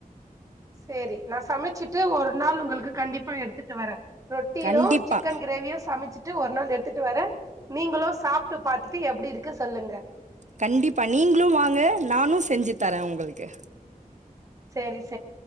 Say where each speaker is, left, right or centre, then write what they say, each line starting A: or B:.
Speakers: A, on the right; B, on the right.
A: சரி நா சமைச்சிட்டு ஒரு நாள் உங்களுக்கு கண்டிப்பா எடுத்துட்டு வர்ர ரொட்டியோ
B: கண்டிப்பா
A: சிக்கன் கிரேவியோ சமைச்சிட்டு ஒரு நாள் எடுத்துட்டு வர்ர நீங்களோ சாப்பிட்டு பாத்துட்டு எப்படி இருக்கு சொல்லுங்க
B: கண்டிப்பா நீங்களு வாங்க நானு செஞ்சு தரே உங்களுக்கு
A: செரி ச